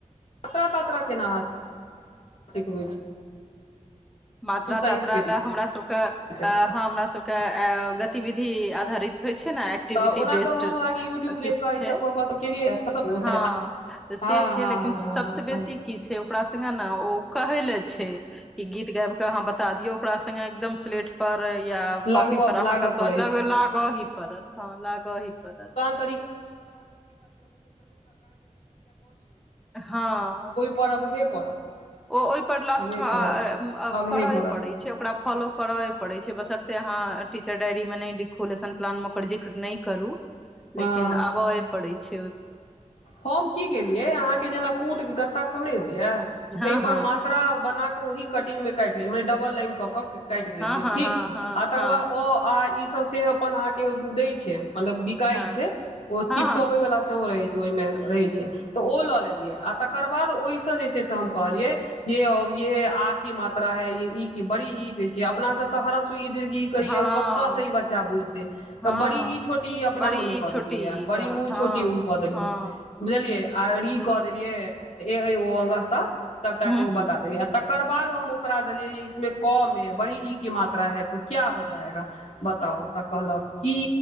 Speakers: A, on the left (about 55°); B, in the centre.
A: त त केना <inaudible> देखबै छै
B: मात्रा तात्रा
A: साइंसके
B: लए हमरा सबके
A: टीचर
B: अ हमरा सबके अ
A: छियै,
B: गतिविधि आधारित होय छै ने एक्टिविटी
A: तऽ ओना
B: बेस्ड
A: तऽ हम अहाँके यूट्यूब
B: किछु
A: देख कऽ
B: छै
A: ईसभ कऽ कऽ तऽ केलियै
B: हँ तऽ
A: हँ
B: से छै
A: हँ
B: लेकिन
A: हँ
B: सबस
A: हँ
B: बेसी
A: हँ
B: की छै ओकरा संगे न ओ कहै ले छै कि गीत गाबि कऽ ह बता दियौ ओकरा संगे एकदम सलेट पर या
A: लगबऽ
B: कॉपी पर
A: लागऽ
B: अहाँके
A: पड़ै छै
B: लागऽ ही पड़त ह लागऽ ही पड़त
A: <inaudible>
B: हँ
A: परहब हे पड़त
B: ओ ओहि पर लास्ट
A: अबहे
B: आ आ
A: पड़त
B: म
A: अबहे
B: करए
A: पड़त
B: पड़ैत ओकरा फॉलो करैए पड़ै छै बसरते अहाँ टीचर डायरी मे नहि लिखु लेसन प्लान मे ओकर जे नहि करू
A: हँ
B: लेकिन आबए पड़ै छै
A: हम की केलियै अहाँके जेना कूट गत्ता सभ नहि होइया
B: हँ
A: ताहिपर
B: हँ
A: मात मात्रा बना कऽ ओहि कटिंगमे काटि लेली मने डबल लाइन कऽ कऽ काटि लेलियै
B: हँ हँ
A: ठीक
B: हँ हँ
A: आ तकर
B: हँ
A: बाद अ आ ई सब से अपन अहाँ के दय छै मतलब काय
B: हँ
A: छै ओ
B: हँ
A: चिपकबै वाला सब रह छै ओहि रहै छै तऽ ओ लऽ लेलियै आ तकर बाद ओहिसँ जे छै से हम कहलियै जे अबियै आ ही मात्रा है ये ई की बड़ी ई के छै अपना सब तऽ हरस दिर्घी कहिय
B: हँ हँ
A: ओ कतऽ से ई बच्चा बुझतै
B: हँ
A: तऽ बड़ी ई छोटी इ अपना
B: बड़ी
A: मने कऽ
B: छोटी
A: देलियै या बड़ी
B: कहत
A: ऊ
B: हँ
A: छोट उ क देने
B: हँ
A: बुझलियै ऋकऽ
B: हूँ
A: देलियै सबटा
B: हूँ
A: के ओ
B: हूँ
A: बता देलियै त तकर बाद हम ओकरा देलियै इसमे क मे बड़ी ई की मात्रा है तो क्या हो जाएगा बताउ तऽ कहलक की